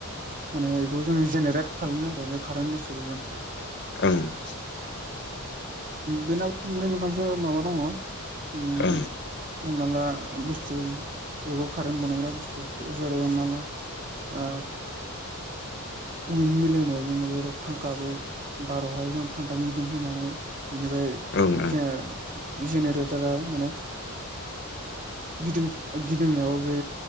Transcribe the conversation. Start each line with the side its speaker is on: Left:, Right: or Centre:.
Right: माने बेखौ जोङो जेनेरेट खालामनो आरो बे कारेन्ट बुस्थुखौ जों
Left: ओं ओं
Right: बिनाव मोनै मोनथामसो माबा दंङ उम
Left: ओ
Right: हमना ला बुस्थु बेखौ कारेन्ट बानायग्रा बुस्थु जेरै हमना ला ओ उइन मिल होनायाव जोङो जेराव थ <inaudible> गाबै बारावहाय जों फांखा गिदिं होनानै बेनिफ्राय
Left: ओं
Right: जों जेनेरेटारा माने गिदि गिदिंनायाव बे